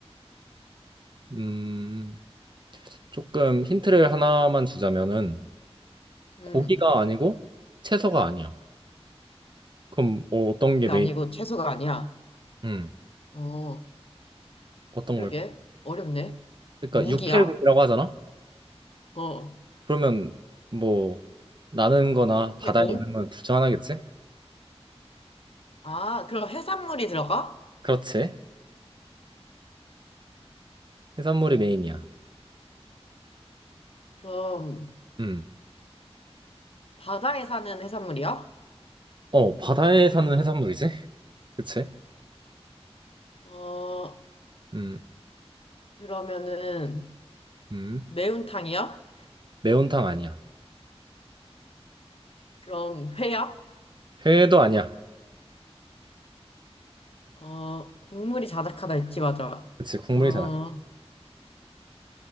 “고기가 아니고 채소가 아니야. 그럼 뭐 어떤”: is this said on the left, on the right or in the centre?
Right